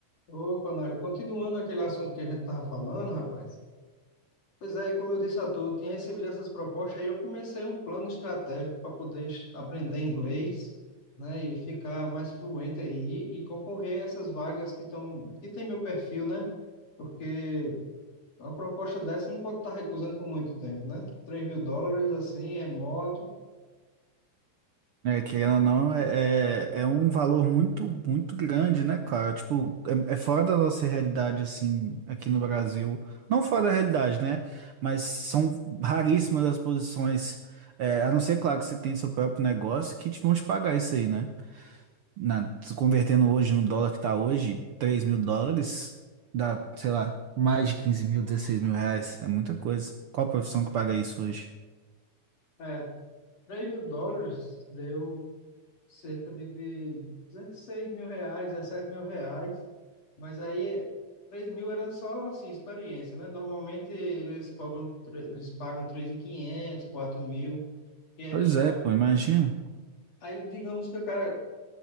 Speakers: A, on the left; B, on the right.
A: Opa, Nário, continuando aquele assunto que a gente estava falando, rapaz. Pois é, como eu disse a tu, eu tinha recebido essas propostas, aí eu comecei um plano estratégico para poder es- aprender inglês, né, e ficar mais fluente aí e concorrer a essas vagas que estão, que tem meu perfil, né? Porque uma proposta dessa não pode estar recusando por muito tempo, né? Três mil dólares, assim, remoto.
B: É, querendo ou não, é, é é um valor muito, muito grande, né, cara? Tipo, é, é fora da nossa realidade, assim, aqui no Brasil. Não fora da realidade, né? Mas são raríssimas as posições, é, a não ser, claro, que você tem seu próprio negócio, que te vão te pagar isso aí, né? Na, se convertendo hoje no dólar que tá hoje, três mil dólares, dá, sei lá, mais de 15 mil, 16 mil reais. É muita coisa. Qual a profissão que paga isso hoje?
A: É, três mil dólares deu cerca de, de 16 mil reais, 17 mil reais, mas aí três mil era só assim, experiência, né? Normalmente eles cobram, tre- eles pagam 3.500, quatro mil, e é
B: Pois
A: que-
B: é, pô, imagina.
A: aí digamos que o cara,